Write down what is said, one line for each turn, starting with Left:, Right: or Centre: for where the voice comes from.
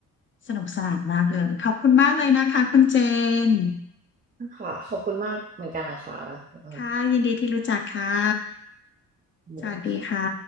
Left: สนุกสนานมากเลย ขอบคุณมากเลยนะคะคุณเจน
Right: ค่ะขอบคุณมากเหมือนกันนะคะคุณอ้น
Left: ค่ะยินดีที่รู้จักค่ะ
Right: นี่ค่ะ
Left: สวัสดีค่ะ